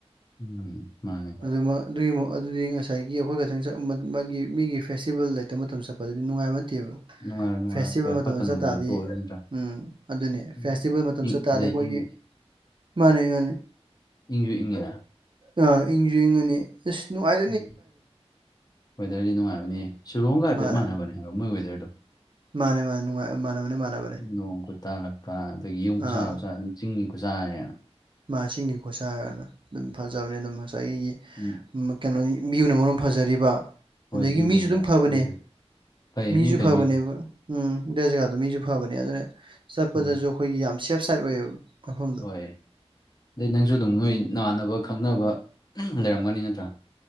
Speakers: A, on the left (about 35°); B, on the right (about 50°).
A: ꯎꯝ ꯃꯥꯅꯦ
B: ꯗꯨꯃ ꯑꯗꯨꯒꯤ ꯃꯨꯛ ꯑꯗꯨꯗꯤ ꯉꯁꯥꯏꯒꯤ ꯑꯩꯈꯣꯏ ꯈꯛꯇꯪ ꯃꯥꯒꯤ ꯃꯤꯒꯤ ꯐꯦꯁꯇꯤꯚꯦꯜ ꯂꯩꯇꯕ ꯃꯇꯝ ꯆꯠ ꯄꯗꯨꯗꯤ ꯅꯨꯡꯉꯥꯏꯕ ꯅꯠꯇꯦꯕ
A: ꯅꯨꯡꯉꯥꯏꯔꯣꯏ ꯅꯨꯡꯉꯥꯏꯔꯣꯏ
B: ꯐꯦꯁꯇꯤꯚꯦꯜ
A: ꯀꯩ
B: ꯃꯇꯝꯗ
A: ꯐꯠꯇ
B: ꯆꯠ
A: ꯅꯨꯡꯗꯁꯨ
B: ꯇꯥꯔꯗꯤ
A: ꯇꯣꯛꯑꯁꯤ ꯅꯠꯇ꯭ꯔꯥ
B: ꯎꯝ ꯑꯗꯨꯅꯤ
A: ꯎꯝ
B: ꯐꯦꯁꯇꯤꯚꯦꯜ ꯃꯇꯝꯗ
A: ꯏꯪ
B: ꯆꯠ ꯇꯥꯔꯗꯤ
A: ꯑꯗꯩ
B: ꯑꯩꯈꯣꯏꯒꯤ
A: ꯏꯪ
B: ꯃꯥꯅꯦ ꯃꯥꯅꯦ
A: ꯏꯪꯁꯨ ꯏꯪꯉꯦ
B: ꯑꯥ ꯏꯪꯁꯨ ꯏꯪꯉꯅꯤ ꯏꯁ ꯅꯨꯡꯉꯥꯏ
A: ꯎꯝ ꯋꯦꯗꯔꯗꯤ ꯅꯨꯡꯉꯥꯏꯕꯅꯦ ꯁꯤꯂꯣꯡꯒ ꯍꯥꯏꯐꯦꯠ
B: ꯃꯥꯅꯦ
A: ꯃꯥꯟꯅꯕꯅꯦ ꯍꯥꯏꯕ ꯃꯣꯏ ꯋꯦꯗꯔꯗꯣ
B: ꯃꯥꯅꯦ ꯃꯥꯅꯦꯅꯨꯡꯉꯥꯏ ꯃꯥꯟꯅꯕꯅꯦ ꯃꯥꯟꯅꯕꯅꯦ
A: ꯅꯣꯡ ꯈꯨꯨꯠ ꯇꯥꯜꯂꯛꯇꯥ ꯑꯗꯒꯤ ꯌꯨꯝ
B: ꯑꯥ
A: ꯈꯨꯁꯥ ꯂꯥꯛꯁꯥ ꯑꯗꯨꯝ ꯆꯤꯡꯒꯤ ꯈꯨꯁꯥ ꯍꯥꯏꯔꯦꯅ
B: ꯃꯥ ꯆꯤꯡꯒꯤ ꯈꯨꯠꯁꯥꯅ ꯑꯗꯨꯝ ꯐꯖꯕꯅꯦ ꯑꯗꯨꯝ ꯉꯁꯥꯏꯒꯤ
A: ꯎꯝ
B: ꯑꯃꯥ ꯀꯩꯅꯣꯌꯤ ꯃꯤꯅꯥ ꯃꯔꯣꯟ ꯑꯝ ꯐꯖꯔꯤꯕ
A: ꯍꯣꯏ
B: ꯑꯗꯒꯤ
A: ꯚ꯭ꯌꯨ
B: ꯃꯤꯁꯨ
A: ꯐꯖꯩ
B: ꯑꯗꯨꯝ
A: ꯑꯁ
B: ꯐꯕꯅꯦ
A: ꯚ꯭ꯌꯨ ꯐꯖꯩ ꯐꯩ
B: ꯃꯤꯁꯨ
A: ꯃꯤ ꯐꯩ
B: ꯐꯕꯅꯦꯕ
A: ꯃꯤ ꯐꯩ
B: ꯎꯝ ꯗ꯭ꯋꯥꯏ ꯖꯒꯥꯗꯣ ꯃꯤꯁꯨ ꯐꯕꯅꯦ ꯑꯗꯨꯅ ꯆꯠꯄꯗꯁꯨ
A: ꯐꯩ
B: ꯑꯩꯈꯣꯏꯒꯤ ꯌꯥꯝ ꯁꯦꯞ ꯁꯥꯏꯠ ꯑꯣꯏꯌꯦꯕ ꯃꯐꯝ
A: ꯍꯣꯏ ꯑꯗꯩ ꯅꯪꯁꯨ ꯑꯗꯨꯝ ꯅꯣꯏ ꯅꯥꯥꯃꯥꯟꯅꯕ ꯈꯪꯅꯕ ꯂꯩꯔꯝꯒꯅꯤ ꯅꯠꯇ꯭ꯔꯥ